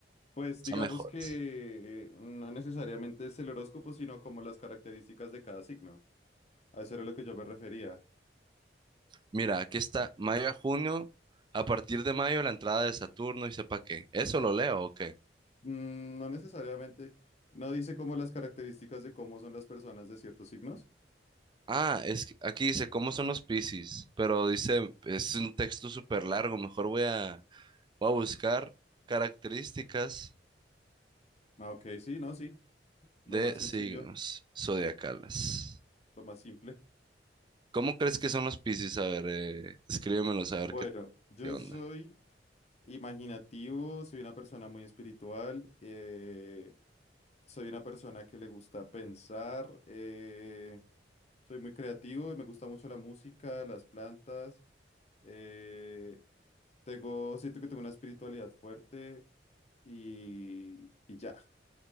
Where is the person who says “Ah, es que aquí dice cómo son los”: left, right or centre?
Right